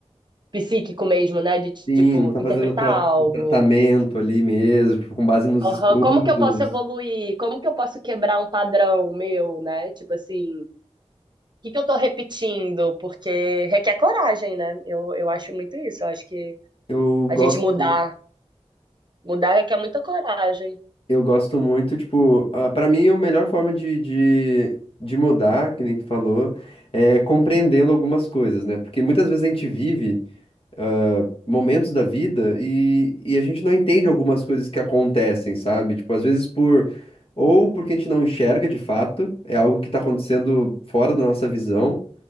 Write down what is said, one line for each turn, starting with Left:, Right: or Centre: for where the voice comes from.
Right: psíquico mesmo, né? De, tipo,
Left: Sim, não tá
Right: interpretar
Left: fazendo o tra-
Right: algo
Left: o tratamento ali mesmo, tipo, com base nos
Right: Aham,
Left: estudos.
Right: Como que eu posso evoluir? Como que eu posso quebrar um padrão meu, né? Tipo assim, o que que eu tô repetindo? Porque requer coragem, né? Eu, eu acho muito isso. Eu acho que
Left: Eu
Right: a
Left: gosto,
Right: gente mudar, mudar requer muita coragem.
Left: eu gosto muito, tipo, ah, pra mim a melhor forma de, de, de mudar, que nem tu falou, é compreendendo algumas coisas, né? Porque muitas vezes a gente vive ah, momentos da vida e, e a gente não entende algumas coisas que acontecem, sabe? Tipo, às vezes por. Ou porque a gente não enxerga de fato, é algo que tá acontecendo fora da nossa visão,